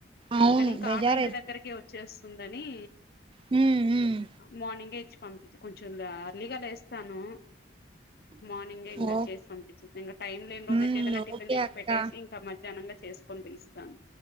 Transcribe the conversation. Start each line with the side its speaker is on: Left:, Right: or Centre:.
Right: అవును
Left: అందుకని ఇంకా
Right: బెజార్
Left: ఆటో ఇంటి దగ్గరకి వచ్చేస్తుందని నీ
Right: ఉ ఉ
Left: మార్నింగే ఇచ్చి పంపిచి కొంచెం అర్లీగా లేస్తాను మార్నింగే ఇంగా
Right: ఓ
Left: చేసి పనిపించేసి ఇంగ టైమ్ లేని రోజైతే
Right: ఉమ్
Left: ఏదన్న టిఫన్
Right: ఓకే
Left: తెచ్చి
Right: అక్క
Left: పెట్టేసి ఇంకా మధ్యాహ్నంగా చేసుకొని పోయిస్తాను